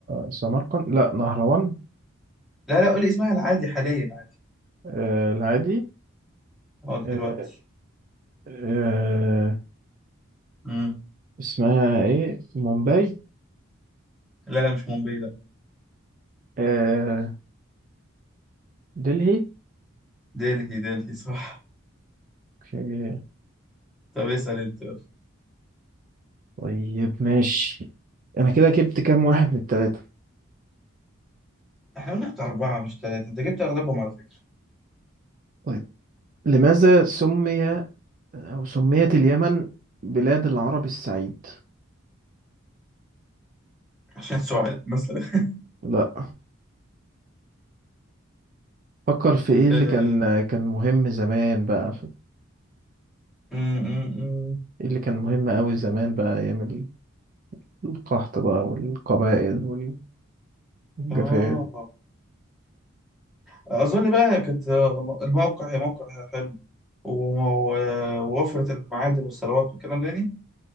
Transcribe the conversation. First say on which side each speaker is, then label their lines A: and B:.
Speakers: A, on the right; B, in the centre.
A: سمرقند لا نهروان
B: لا لا قول اسمها العادي حاليا عادي
A: آه... العادي
B: اه دلوقتي
A: آه... آه...
B: مم.
A: اسمها ايه مومباي
B: لا لا مش مومباي لا
A: آه... دلهي
B: دلهي دلهي صح
A: اوكي
B: طب اسأل انت يلا.
A: طيب ماشي انا كده جبت كام واحد من التلاتة
B: احنا قلنا بتاع أربعة مش ثلاثة انت جبت أغلبهم على فكرة
A: طيب لماذا سمي او سميت اليمن بلاد العرب السعيد
B: عشان سعاد مثلا
A: لا فكر في ايه
B: <laughs>
A: اللي كان
B: آه
A: كان مهم زمان بقى
B: أم، أم، أم.
A: إيه اللي كان مهم أوي زمان بقى أيام ال- القحط بقى والقبائل وال- والجفاف
B: آه. أظن بقى كانت آه، الموقع موقع حلو وم- و- ووفرة المعادن والثروات والكلام ده يعني